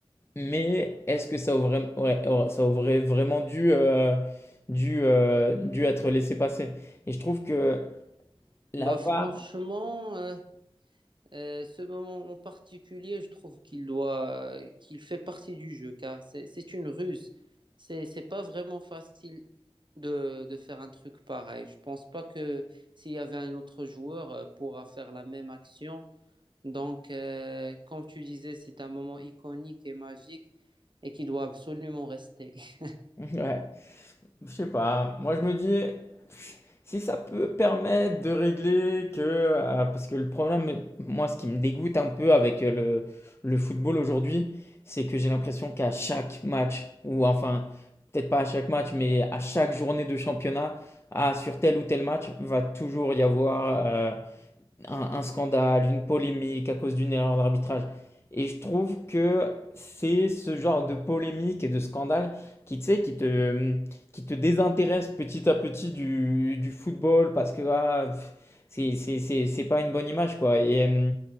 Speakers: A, on the left; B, on the right.
A: mais est-ce que ça aurait, ouais, aurait- ça aurait vraiment dû, euh, dû, euh, dû être laissé passer? Et je trouve que la
B: Bah
A: VAR,
B: franchement, euh, euh, ce moment en particulier, je trouve qu'il doit, qu'il fait partie du jeu, car c'est c'est une ruse. C'est c'est pas vraiment facile de, de faire un truc pareil. Je pense pas que s'il y avait un autre joueur, euh, pourra faire la même action Donc, euh, comme tu disais, c'est un moment iconique et magique et qui doit absolument rester. <laughs>
A: <laughs> ouais. Je sais pas. Moi, je me dis, si ça peut permettre de régler que. euh, parce que le problème, moi, ce qui me dégoûte un peu avec euh, le, le football aujourd'hui, c'est que j'ai l'impression qu'à chaque match, ou enfin, peut-être pas à chaque match, mais à chaque journée de championnat, ah, sur tel ou tel match, va toujours y avoir euh, un, un scandale, une polémique à cause d'une erreur d'arbitrage. Et je trouve que c'est ce genre de polémique et de scandale qui, tu sais, qui te, qui te désintéresse petit à petit du, du football parce que ah, pff, c'est, c'est, c'est, c'est pas une bonne image, quoi. Et, euh,